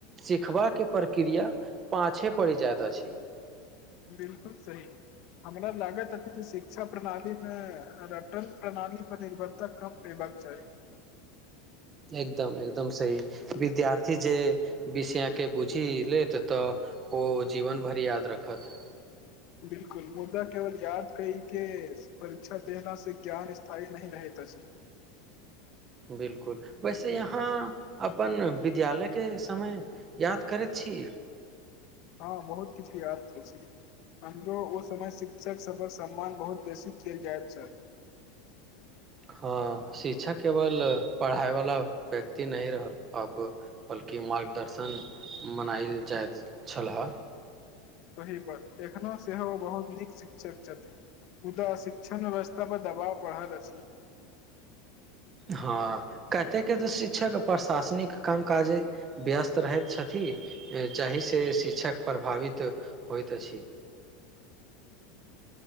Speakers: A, on the right (about 20°); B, on the left (about 40°).
A: सिखबा के प्रक्रिया पाछे पड़ जाएत अछि।
B: बिलकुल सही हमरा लागत अछि जे शिक्षा प्रणालीमे रटन प्रणाली पर निर्भरता कम देबाक चाही।
A: एकदम-एकदम सही विद्यार्थी जे विषयके बुझि लेत तऽ ओ जीवन भर याद रखत।
B: बिलकुल मुदा केवल याद कई के परीक्षा देला से ज्ञान स्थायी नहि रहत अछि।
A: बिलकुल वैसे यहाँ अपन विद्यालयके समय याद करैत छी।
B: हाँ बहुत किछु याद अछि हमरो समय शिक्षक सबक स मान बहुत बेसी केल जाएत छल।
A: हँ, शिक्षक केवल पढ़ाइवला व्यक्ति नहि रहल अब, बल्कि मार्गदर्शन मनायल जाइत छलह।
B: सही बात एखनहुँ सेहो ओ बहुत नीक शिक्षक छथि मुदा शिक्षण व्यवस्था पर दबाव बढ़ल अछि।
A: हँ कतेके तऽ शिच्छक प्रशासनिक काम काजे व्यस्त रहैत छथी। जाहिसे शिच्छक प्रभावित होइत अछी।